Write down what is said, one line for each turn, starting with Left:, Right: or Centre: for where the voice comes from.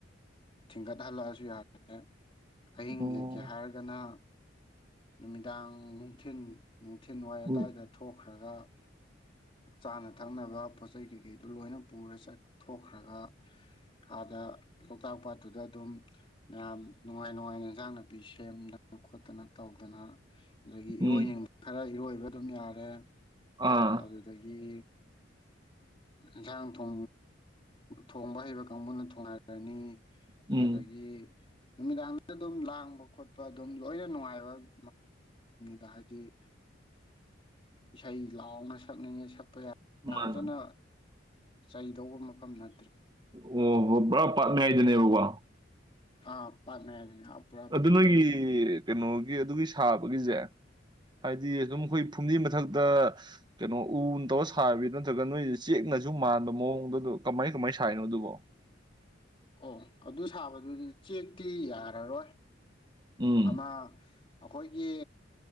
Left: ꯊꯤꯡꯒꯠꯍꯜꯂꯛꯑꯁꯨ ꯌꯥꯔꯦ ꯑꯍꯤꯡ
Right: ꯑꯣ
Left: ꯂꯦꯛꯀꯦ ꯍꯥꯏꯔꯒꯅ ꯅꯨꯃꯤꯗꯥꯡ ꯅꯨꯡꯊꯤꯟ ꯅꯨꯡꯊꯤꯜꯋꯥꯏ
Right: ꯎꯝ
Left: ꯑꯗꯥꯋꯥꯏꯗ ꯊꯣꯛꯈ꯭ꯔꯦ ꯈ꯭ꯔꯒ ꯆꯥꯅ ꯊꯛꯅꯕ ꯄꯣꯠ ꯆꯩ ꯀꯩꯀꯩꯗꯨ ꯂꯣꯏꯅ ꯄꯨꯔ ꯆꯠꯊꯣꯛꯈ꯭ꯔꯒ ꯑꯥꯗ ꯂꯣꯛꯇꯥꯛ ꯄꯥꯠꯇꯨꯗ ꯑꯗꯨꯝ ꯃꯌꯥꯝ ꯅꯨꯡꯉꯥꯏ ꯅꯨꯡꯉꯥꯏꯅ ꯏꯟꯁꯥꯡ ꯅꯥꯄꯤ ꯁꯦꯝꯗꯅ ꯈꯣꯠꯇꯅ ꯇꯧꯗꯅ ꯑꯗꯒꯤ
Right: ꯎꯝ
Left: ꯏꯔꯣꯏꯅꯤꯡꯕ ꯈꯔ ꯏꯔꯣꯏ ꯑꯗꯨꯝ ꯌꯥꯔꯦ
Right: ꯑꯥ
Left: ꯑꯗꯨꯗꯒꯤ ꯏꯟꯁꯥꯡ ꯊ ꯊꯣꯡꯕ ꯍꯩꯕ ꯀꯥꯡꯕꯨꯅ ꯊꯣꯡꯅꯔꯅꯤ
Right: ꯎꯝ
Left: ꯑꯗꯨꯗꯒꯤ ꯅꯨꯃꯤꯗꯥꯡꯗ ꯑꯗꯨꯝ ꯂꯥꯡꯕ ꯈꯣꯠꯄ ꯑꯗꯨꯝ ꯂꯣꯏꯅ ꯅꯨꯡꯉꯥꯏꯕ ꯑꯣꯏꯣ ꯍꯥꯏ ꯑꯩ ꯏꯁꯩ ꯂꯥꯎ ꯁꯛ ꯌꯥ
Right: ꯃꯥꯅꯦ
Left: ꯌꯥꯝꯝꯁꯨꯅ ꯆꯩꯗꯧꯕ ꯃꯐꯝ ꯅ
Right: ꯑꯣ ꯍꯣ ꯄꯨꯔꯥ ꯄꯥꯥꯛꯅꯉꯏꯗꯅꯦꯕꯀ <inaudible>
Left: ꯑ ꯄꯃꯦꯦ ꯄꯨꯔꯥ ꯄꯅꯦ
Right: ꯅꯣꯏꯒꯤ ꯀꯩꯅꯣꯒꯤ ꯑꯗꯨꯒꯤ ꯁꯥꯕꯒꯤꯁꯦ ꯍꯥꯏꯗꯤ ꯑꯗꯨꯝ ꯑꯩꯈꯣꯏ ꯐꯨꯝꯗꯤ ꯃꯊꯛꯇ ꯀꯩꯅꯣ ꯎ ꯇꯧꯔ ꯁꯥꯕꯤ ꯅꯠꯇ꯭ꯔꯒ ꯅꯣꯏꯁꯦ ꯆꯦꯛꯅꯁꯨ ꯃꯥꯟꯕ ꯃꯑꯣꯡꯗꯗꯣ ꯀꯃꯥꯏ ꯀꯃꯥꯏꯅ ꯁꯥꯏꯔꯤꯅꯣ ꯑꯗꯨꯕꯣ
Left: ꯑꯣ ꯑꯗꯨ ꯁꯥꯕꯗꯨ ꯆꯦꯛꯇꯤ ꯌꯥꯔꯔꯣꯏ
Right: ꯎꯝ
Left: ꯑꯃꯃ ꯑꯩꯈꯣꯏꯒꯤ